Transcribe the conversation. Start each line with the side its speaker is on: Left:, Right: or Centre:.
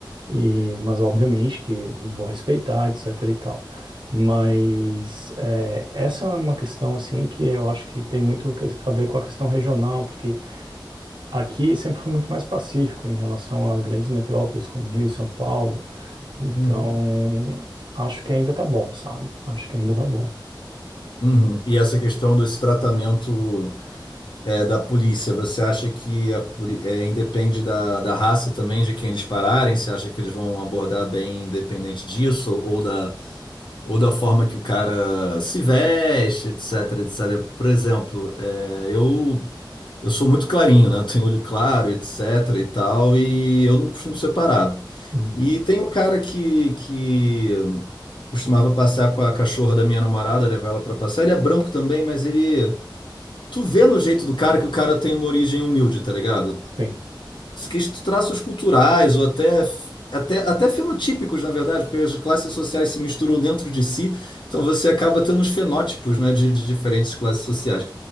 Right: E, mas obviamente que vou respeitar, etc e tal. Mas é, essa é uma questão assim que eu acho que tem muito que- a ver com a questão regional, porque aqui sempre foi muito mais pacífico em relação às grandes metrópoles como Rio e São Paulo. Então,
Left: Uhum.
Right: acho que ainda tá bom, sabe? Acho que ainda tá bom.
Left: Uhum. E essa questão desse tratamento. é, da polícia, você acha que a poli- é, independe da, da raça também de quem eles pararem? Você acha que eles vão abordar bem independente disso? Ou da, ou da forma que o cara se veste, etc, etc. Por exemplo, é, eu, eu sou muito clarinho, né? Eu tenho olho claro, etc e tal, e eu não costumo ser parado.
Right: Uhum,
Left: E tem um cara que, que costumava passear com a cachorra da minha namorada, levar ela para passear. Ele é branco também, mas ele tu vê no jeito do cara que o cara tem uma origem humilde, tá ligado?
Right: Sim.
Left: Que traços culturais ou até, até, até fenotípicos, na verdade, porque as classes sociais se misturam dentro de si, então você acaba tendo uns fenótipos, né, de, de diferentes classes sociais.